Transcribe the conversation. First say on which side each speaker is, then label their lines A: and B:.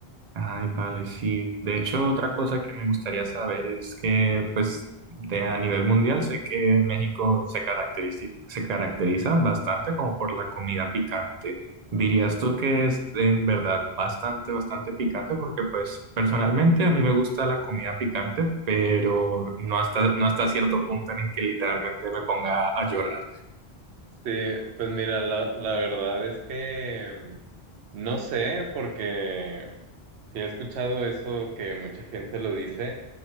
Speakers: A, on the right; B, on the right.
A: Ay, vale, sí. De hecho, otra cosa que me gustaría saber es que, pues, de, a nivel mundial sé que México se caracteriza, se caracteriza bastante como por la comida picante. ¿Dirías tú que es en verdad bastante, bastante picante? Porque, pues, personalmente a mí me gusta la comida picante, pero no hasta, no hasta cierto punto en el que literalmente me ponga a llorar.
B: Sí, pues mira, la, la verdad es que mm, no sé, porque sí he escuchado eso que mucha gente lo dice,